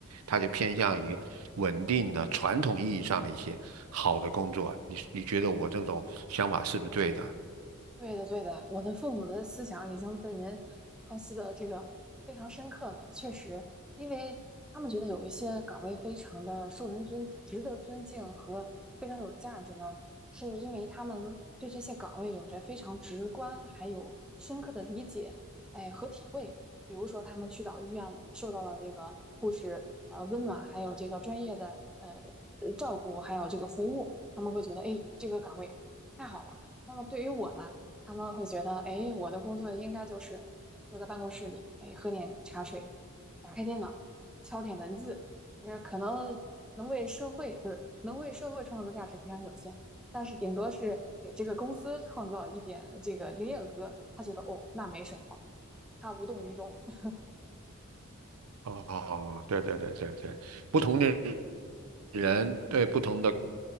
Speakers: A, on the right; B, in the centre.
A: 他就偏向于稳定的传统意义上的一些好的工作。你你觉得我这种想法是不是对的？
B: 对的，对的，我的父母的思想已经被您剖析的这个非常深刻了。确实，因为他们觉得有一些岗位非常的受人尊，值得尊敬和非常有价值呢，是因为他们对这些岗位有着非常直观还有深刻的理解，哎和体会。比如说，他们去到医院里受到了这个护士呃温暖，还有这个专业的呃呃照顾，还有这个服务，他们会觉得哎这个岗位太好了。那么对于我呢？他们会觉得，哎，我的工作应该就是坐在办公室里，哎，喝点茶水，打开电脑，敲点文字，呃，可能能为社会，不是，能为社会创造的价值非常有限，但是顶多是给这个公司创造一点这个营业额，他觉得哦，那没什么，他无动于衷。<laughs>
A: 哦，对对对对对，不同的。人对不同的